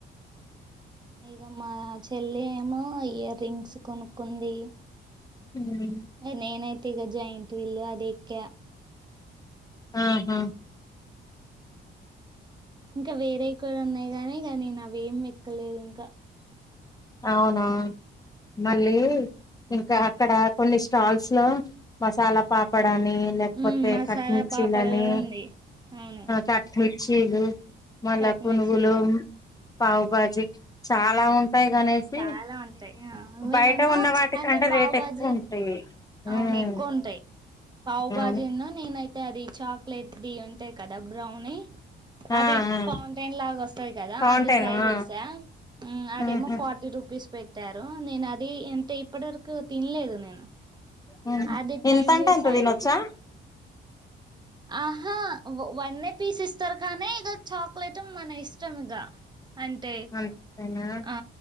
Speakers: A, on the right; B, on the left.
A: ఇక మా చెల్లి ఏమో ఇయర్ రింగ్స్ కొనుక్కుంది
B: హ
A: నేనైతే ఇక జాయింట్ విల్ అది ఎక్క
B: ఆహా
A: ఇంకా వేరేవి కూడా ఉన్నాయి కాగానీ ఇగ నేను అవ్వేం ఎక్కలేదు ఇంకా
B: అవునా మళ్ళీ ఇంకా అక్కడ కొన్ని స్టాల్స్ లో మసాలా పాపడ అని లేకపోతే
A: హ్మ్ మసాలా
B: కట్మిర్చీలని
A: పాపడ్ కూడా ఉంది అవును
B: కట్మిర్చీలు మళ్ళా
A: కట్మిర్చీలు
B: పునుగులు పావు బాజి చాలా ఉన్ పైకి అనేసి
A: చాలా ఉంటాయి ఆ మేమేమో
B: బయట ఉన్న వాటికంటే
A: అంటే పావు
B: రేట్
A: బాజీ
B: ఎక్కువ ఉంటాయి
A: అవును
B: ఉమ్
A: ఎక్కువ ఉంటాయి పావు బాజి
B: అవును
A: ఉను నేనైతే అది చాక్లెట్ది ఉంటాయి కదా బ్రౌని
B: ఆ
A: అది
B: ఆ
A: ఫౌంటైన్ లాగా వస్తది కదా
B: ఫౌంటైన్
A: అది ట్రై
B: ఆ
A: చేసా అదేమో
B: ఆహా
A: ఫార్టీ రూపీస్ పెట్టారు నేను అది అంటే ఇప్పటి వరకు తినలేదు నేను
B: ఉ
A: అది ట్రై
B: ఎంత అంటే
A: చేసా
B: అంత తినొచ్చా
A: ఆహా వనే పీస్ ఇస్తారు కానీ ఇక చాక్లెట్ మన ఇష్టం ఇక అంటే
B: అంతేనా
A: ఆ